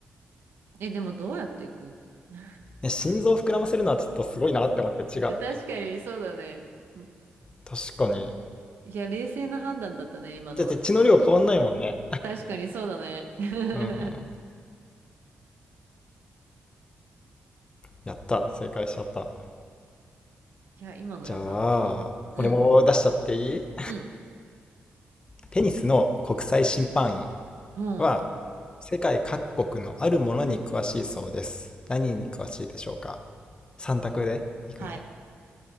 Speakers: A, on the right; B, on the left.
A: え、でもどうやって空気 <laughs>
B: ね、心臓膨らませるのはちょっとすごいなって思って、違う。
A: え確かにそうだね。うん
B: 確かに。
A: いや、冷静な判断だったね、今のは。
B: だって血の量変わんないもんね。
A: 確かにそうだね。<laughs>
B: うんうんやった。正解しちゃった。
A: いや、今の良かったわ。
B: じゃあ、
A: うん、
B: 俺も出しちゃっていい
A: うん、
B: テニスの国際審判員
A: うん。
B: は、世界各国のあるものに詳しいそうです。何に詳しいでしょうか ?3 択でいくね。
A: はい。